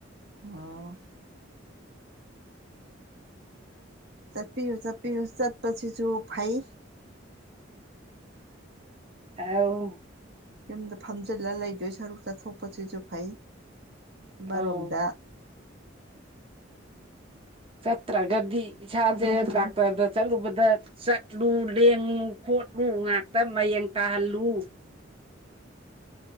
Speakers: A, on the right; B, on the right.
A: ꯑꯣ ꯆꯠꯄꯤꯌꯨ ꯆꯠꯄꯤꯌꯨ ꯆꯠꯄꯁꯤꯁꯨ ꯐꯩ
B: ꯑꯥꯎ
A: ꯌꯨꯝꯗ ꯐꯝꯖꯜꯂ ꯂꯩꯗꯣꯏ ꯁꯔꯨꯛ ꯆꯠꯊꯣꯛꯄꯁꯤꯁꯨ ꯐꯩ ꯑꯃꯔꯣꯝꯗ꯫
B: ꯑꯧ ꯆꯠꯇ꯭ꯔꯒꯗꯤ ꯏꯁꯥꯁꯦ ꯗꯥꯛꯇꯔꯗ ꯆꯠꯂꯨꯕꯗ ꯆꯠꯂꯨ ꯂꯦꯡꯉꯨ ꯈꯣꯠꯂꯨ ꯉꯥꯛꯇ ꯃꯌꯦꯡ ꯇꯥꯍꯜꯂꯨ